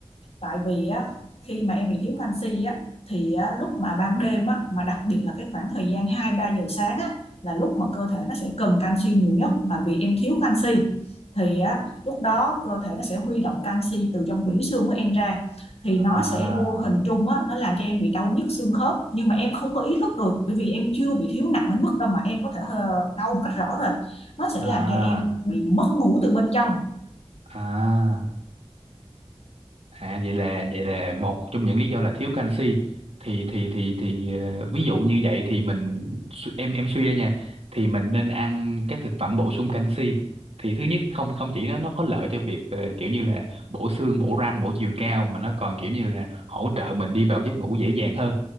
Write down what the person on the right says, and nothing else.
à
à
à À vậy là vậy là một trong những lý do là thiếu canxi thì thì thì thì ờ, ví dụ như vậy thì mình su- em em suy ra nha thì mình nên ăn các thực phẩm bổ sung canxi thì thứ nhất không không chỉ nó nó có lợi cho việc ờ, kiểu như là bổ xương bổ răng bổ chiều cao mà nó còn kiểu như là hỗ trợ mình đi vào giấc ngủ dễ dàng hơn